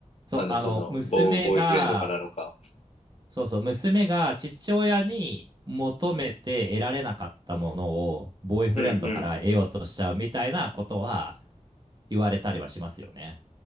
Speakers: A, on the right; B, on the left.
A: そう、
B: あの、
A: あの、
B: その、
A: 娘が、
B: ボー、ボーイフレンドからのか。
A: そうそう、娘が父親に求めて得られなかったものを、ボーイフレンドから得ようとしちゃうみたいなことは、
B: うん、うん。
A: 言われたりはしますよね。